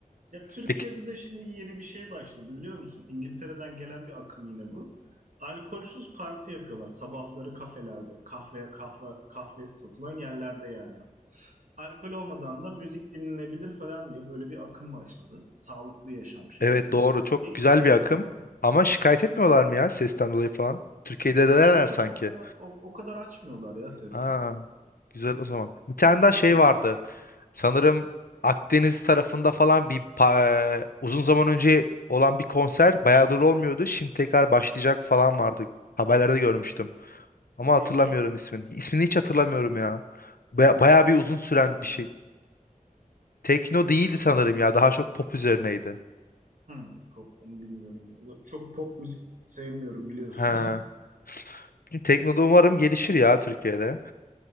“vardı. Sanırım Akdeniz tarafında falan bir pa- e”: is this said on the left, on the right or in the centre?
Left